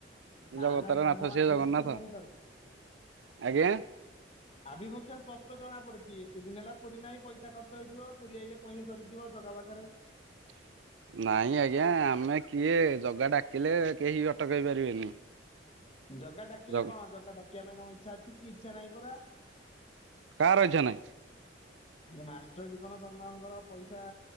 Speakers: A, on the left; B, on the right.
A: ନା
B: ଜଗତର
A: ନା ନା
B: ନାଥ
A: ମୁଁ
B: ସିଏ
A: ଆଭିମୁତେ
B: ଜଗନ୍ନାଥ
A: ଜାଣିପାରୁଛି।
B: ଆଜ୍ଞା।
A: ଆଭିମୁଖ୍ୟ ସ୍ପଷ୍ଟ ଜଣା ପଡିୁଛି ଏତେ ଦିନ ହେଲା ପୁରୀ ନାହିଁ ପଇସା ଖର୍ଚ୍ଚ ହେଇଯିବ। ପୁରୀ ଆଇଲେ ପଇସା ସରିଯିବ ଜଗା ପାଖରେ।
B: <inaudible> ନାଇଁ ଆଜ୍ଞା ଆମେ କିଏ ଜଗା ଡାକିଲେ କେହି ଅଟକାଇ ପାରିବେନି।
A: ଜଗା ଡାକିଲେ
B: ଜଗ
A: କଣ ଜଗା ଡାକିବା ପାଇଁ ତମ ଇଛା ଅଛି କି ଇଛା ନାହିଁ ପରା।
B: କା ର ଇଛା ନାହିଁ।
A: ଆ ମାଷ୍ଟର ଜୀବନ ତମ ମାନଙ୍କର ପଇସା।